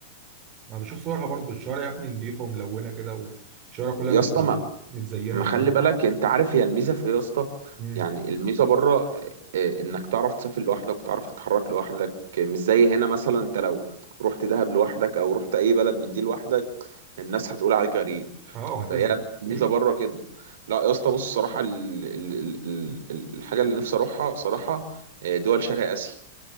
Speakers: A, on the right; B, on the right.
A: ما بشوف صورها برضو الشوارع يا ابني نضيفة وملونة كده والشوارع كلها
B: يا
A: متزينة
B: اسطى ما
A: متزينة
B: ما
A: وحلوة
B: خلي بالك انت عارف هي الميزه في ايه يا اسطى
A: امم
B: يعني الميزه بره آه، آه، انك تعرف تسافر لوحدك وتعرف تتحرك لوحدك آه، مش زي هنا مثلا انت لو رحت دهب لوحدك او رحت اي بلد من دي لوحدك الناس هتقول عليك غريب
A: اه آه، وهتزهق
B: فهي الميزه
A: ايوه
B: بره كده لا يا اسطى بص صراحه ال... ال... ال... ال- الحاجه اللي نفسي اروحها صراحه آه، دول شرق اسيا